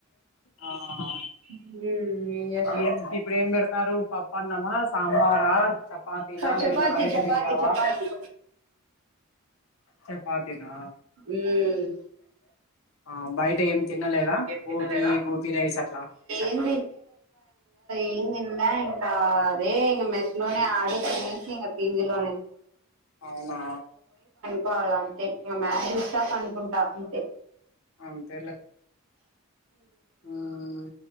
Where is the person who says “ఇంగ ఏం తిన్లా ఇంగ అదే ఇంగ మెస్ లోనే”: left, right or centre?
Right